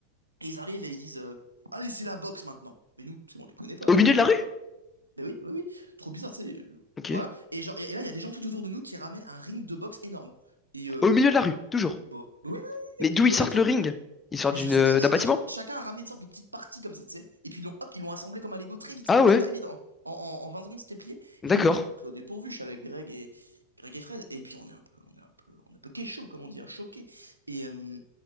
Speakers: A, on the right; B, on the left.
A: Et ils arrivent et ils disent euh, Allez, c'est la boxe maintenant. Mais nous, c'est bon, on les connaît pas,
B: Au
A: trop
B: milieu
A: bizarre.
B: de la rue?
A: euh. Mais oui, oui, oui, trop bizarre, tu sais. euh,
B: Ok.
A: Voilà. Et, genre, et là, il y a des gens tout autour de nous qui ramènent un ring de boxe énorme. Et euh,
B: Au milieu de la rue, toujours.
A: bon, oui, oui, oui,
B: Mais d'où ils
A: oui,
B: sortent
A: oui, trop.
B: le ring? Ils sortent
A: Mais
B: d'une
A: je sais pas, et-
B: d'un bâtiment?
A: et- chacun a ramené une sorte de petite partie comme ça, tu sais. Et puis ils l'ont, hop, ils l'ont assemblé comme un Lego très vite,
B: Ah ouais,
A: très très vite. hein. En, en, en 20 secondes, c'était plié.
B: d'accord.
A: Et nous, on est un peu clos dépourvu. Je suis avec Greg et, Greg et Fred. Et puis on est un peu, on est un peu, on est un peu chaud, comme on dit, un choqué. Et, euh,